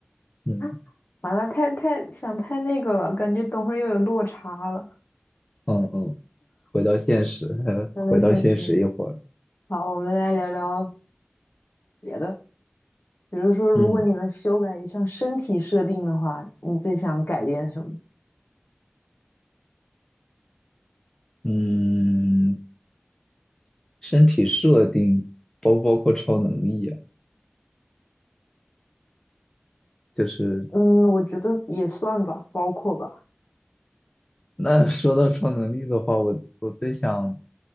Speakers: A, on the left (about 15°); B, on the left (about 60°).
A: 嗯
B: 啊，完了，太太想太那个了，感觉等会儿又有落差了，
A: 嗯嗯，回到现实，<laughs>
B: 聊到现实里
A: 回到现实一会儿。
B: 好，我们来聊聊别的，比如说，如果你能修改一项身体设定的话，
A: 嗯
B: 你最想改变什么？
A: 嗯，身体设定包不包括超能力啊？就是
B: 嗯，我觉得也算吧，包括吧。
A: 那说到超能力的话，我我最想